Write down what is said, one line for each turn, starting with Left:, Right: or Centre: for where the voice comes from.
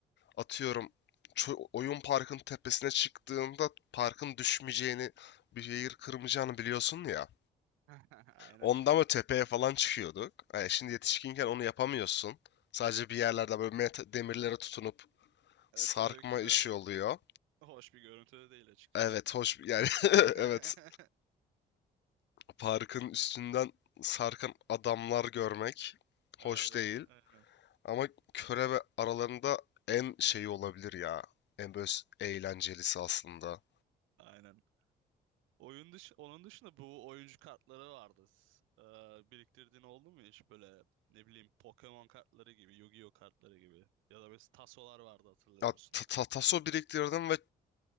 Left: atıyorum ço- oyun parkın tepesine çıktığında parkın düşmeyeceğini bir yer kırmayacağını biliyorsun ya.
Right: <laughs> Aynen.
Left: Ondan mı tepeye falan çıkıyorduk. Yani şimdi yetişkinken onu yapamıyorsun. Sadece bir yerlerde böyle met- demirlere tutunup
Right: E,
Left: sarkma
Right: tabii ki
Left: işi
Right: de
Left: oluyor.
Right: hoş bir görüntü de değil açıkçası.
Left: Evet hoş yani
Right: <laughs>
Left: <laughs> evet parkın üstünden sarkan adamlar görmek
Right: Aynen,
Left: hoş değil.
Right: aynen.
Left: Ama körebe aralarında en şeyi olabilir ya. En böyle s- eğlencelisi aslında.
Right: Aynen. Oyun dış onun dışında bu oyuncu kartları vardı. S- Ee, biriktirdiğin oldu mu hiç böyle ne bileyim Pokemon kartları gibi, Yu-Gi-Oh kartları gibi ya da mesela tasolar vardı hatırlıyor
Left: Ya
Right: musun?
Left: ta- ta- taso biriktirdim ve